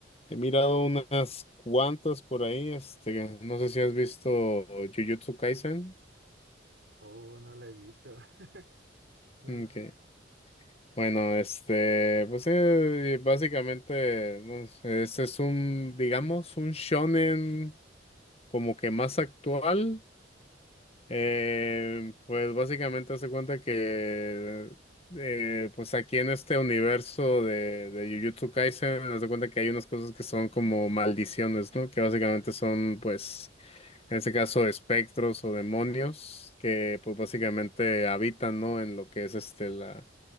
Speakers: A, on the left (about 30°); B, on the right (about 70°).
A: he mirado unas cuantas por ahí. Este, no sé si has visto Jujutsu Kaisen.
B: Oh, bueno, la he visto. <laughs> Nada,
A: Mm, que, Bueno, este, pues eh, básicamente no sé, este es un, digamos, un shonen como que más actual. Eh, pues básicamente hace cuenta que eh, pues aquí en este universo de, de Jujutsu Kaisen, hace cuenta que hay unas cosas que son como maldiciones, ¿no? Que básicamente son, pues, en este caso, espectros o demonios que pues básicamente habitan, ¿no? En lo que es este la,